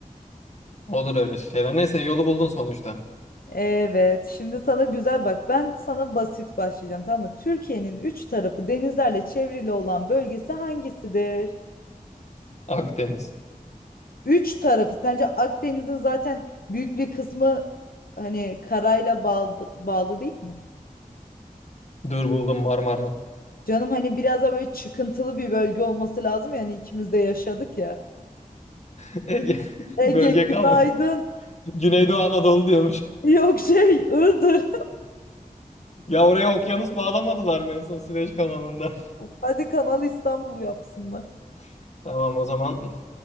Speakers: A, on the left; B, on the left.
A: Olur öyle şeyler. Neyse yolu buldun sonuçta.
B: Evet, şimdi sana güzel bak. Ben sana basit başlayacağım tamam mı? Türkiye'nin üç tarafı denizlerle çevrili olan bölgesi hangisidir?
A: Akdeniz.
B: Üç tarafı. Sence Akdeniz'in zaten büyük bir kısmı hani karayla bağlı, bağlı değil mi?
A: Dur buldum Marmara.
B: Canım hani biraz da böyle çıkıntılı bir bölge olması lazım yani ikimiz de yaşadık ya.
A: <laughs> Ege. <laughs>
B: Ege
A: Bölge kalma.
B: günaydın.
A: Güneydoğu Anadolu diyormuş.
B: Yok şey Iğdır.
A: Ya oraya okyanus bağlamadılar mı en son Süveyş kanalında?
B: Hadi Kanal İstanbul yapsınlar.
A: <laughs> Tamam o zaman <laughs>